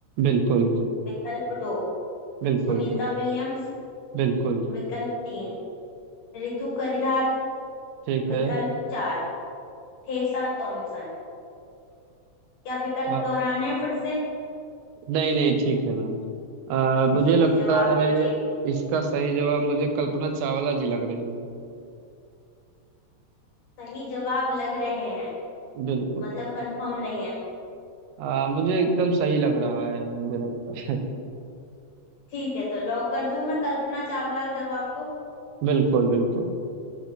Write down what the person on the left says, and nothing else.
विकल्प दो
सुनीता विलियम्स
विकल्प तीन रितु करिधाल
विकल्प
चार ठेसा थॉमसन क्या विकल्प
दोहराने हैं फिर से
ठीक
है जवाब
दीजिए
सही जवाब लग रहे हैं
मतलब कंफर्म नहीं है
ठीक है तो लॉक कर दूं मैं कल्पना चावला जवाब को